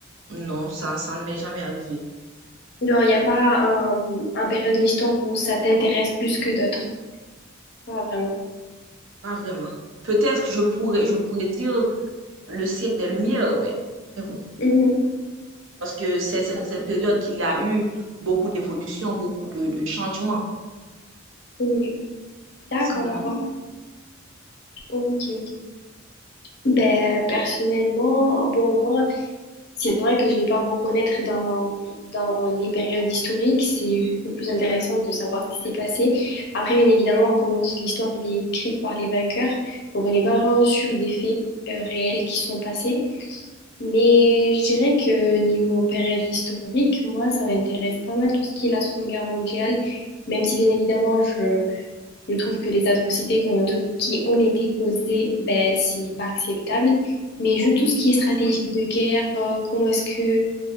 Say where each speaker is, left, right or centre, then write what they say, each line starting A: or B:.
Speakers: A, on the right (about 70°); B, on the left (about 55°).
A: non, ça, ça ne m'est jamais arrivé.
B: Non, il n'y a pas un, un période de l'histoire où ça t'intéresse plus que d'autres. Pas vraiment.
A: Pas vraiment. Peut-être que je pourrais, je pourrais dire le siècle des Lumières, mais, mais bon.
B: Mhm.
A: Parce que c'est, c'est dans cette période qu'il y a eu beaucoup d'évolution, beaucoup de, de changements.
B: Oui. D'accord,
A: Sinon,
B: d'accord. Ok, ok. Ben, personnellement, bon, moi, c'est vrai que je vais pas me reconnaître dans, dans les périodes historiques. C'est beaucoup plus intéressant de savoir ce qui s'est passé. Après, bien évidemment, comme on dit, l'histoire, elle est écrite par les vainqueurs. Donc, on n'est pas vraiment sûr des faits, euh, réels qui sont passés. Mais je dirais que niveau période historique, moi, ça m'intéresse pas mal tout ce qui est la Seconde Guerre mondiale. Même si, bien évidemment, je, je trouve que les atrocités qui ont qui ont été causées, ben, c'est pas acceptable. Mais juste tout ce qui est stratégie
A: hmm,
B: de guerre, euh, comment est-ce que